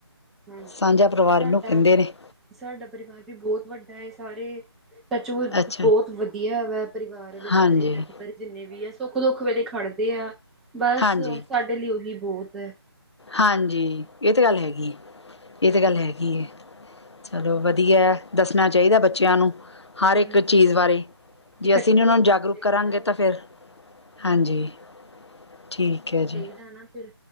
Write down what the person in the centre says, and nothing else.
ਹਾਂਜੀ,
ਸਾਡਾ,
ਸਾਡਾ ਪਰਿਵਾਰ ਵੀ ਬਹੁਤ ਵੱਡਾ ਹੈ, ਸਾਰੇ ਤਾਂ ਚੋ
ਬਹੁਤ ਵਧੀਆ ਵਾ ਪਰਿਵਾਰ ਵਾਲੇ ਸਾਰੇ
ਮੈਂਬਰ। ਜਿੰਨੇ ਵੀ ਆ ਸੁੱਖ ਦੁੱਖ ਵੇਲੇ ਖੜਦੇ ਆ। ਬਸ
ਸਾਡੇ ਲਈ ਉਹੀ ਬਹੁਤ ਹੈ।
ਹਾਂਜੀ
ਇਕੱਠੇ
ਹੋ
ਕੇ
ਰਹੀਦਾ
ਵਾ
ਜਾਣਾ ਫਿਰ